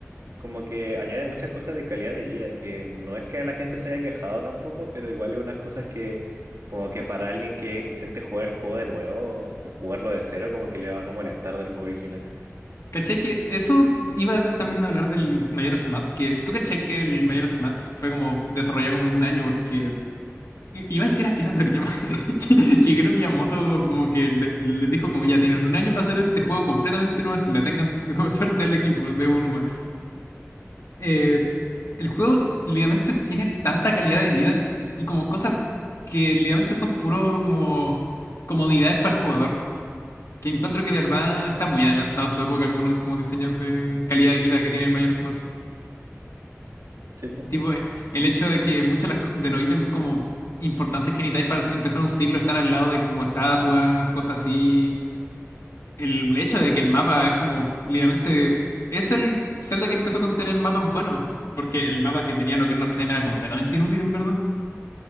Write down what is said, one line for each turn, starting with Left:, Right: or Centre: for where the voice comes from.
Right: como que añade muchas cosas de calidad de vida, que no es que la gente se haya quejado tampoco, pero igual es unas cosas que como que para alguien que intente jugar el juego de nuevo o jugarlo de cero, como que le van a molestar del juego original.
Left: ¿Cachai que eso iba de- también a hablar del Majora's Mask? Que, ¿tú cachai que el Majora's Mask fue como desarrollado como en un año? Porque i- iba a decir a Akira Toriyama. <laughs> Shi- Shigeru Miyamoto como que le- les dijo como ya tienen un año para hacer este juego completamente nuevo, se la tengan <laughs> suerte al equipo de Onuma. Eh, el juego literalmente tiene tanta calidad de vida y como cosas que literalmente son puro como comodidades para el jugador. Que encuentro que de verdad está muy adelantado a su época algunos como diseños de calidad de vida que tiene el Majora's Mask.
Right: Sí, pues.
Left: Tipo, eh, el hecho de que muchos de los ítems como importantes que necesitáis para empezar un ciclo están al lado de como estatuas, cosas así. El hecho de que el mapa es como, literalmente, es el Zelda que empezó con tener mapas buenos. Porque el mapa que tenía lo que of Time era completamente inútil, en verdad.